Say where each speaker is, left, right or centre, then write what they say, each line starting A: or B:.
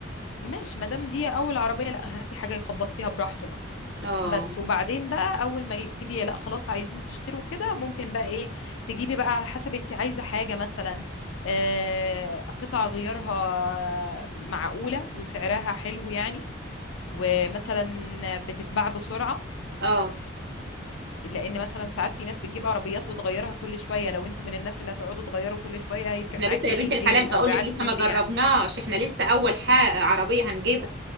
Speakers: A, on the left; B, on the right.
A: ماشي ما دام دي اول عربيه لا هاتي حاجه يخبط فيها براحته بقى
B: اه
A: بس وبعدين بقى اول ما يبتدي لا خلاص عايزين تشتروا كده ممكن بقى ايه تجيبي بقى على حسب انت عايزه حاجه مثلا آه قطع غيارها معقوله وسعرها حلو يعني ومثلا بتتباع بسرعه
B: اه
A: لان مثلا ساعات في ناس بتجيب عربيات وتغيرها كل شويه لو انتوا من الناس اللي هتقعدوا تغيروا كل شويه هيفرق
B: احنا
A: معاكي
B: لسه يا
A: الريسيل
B: بنت الحلال بقول
A: او اعاده
B: لك لسه
A: البيع
B: ما جربناش احنا لسه اول حاجة عربية هنجيبها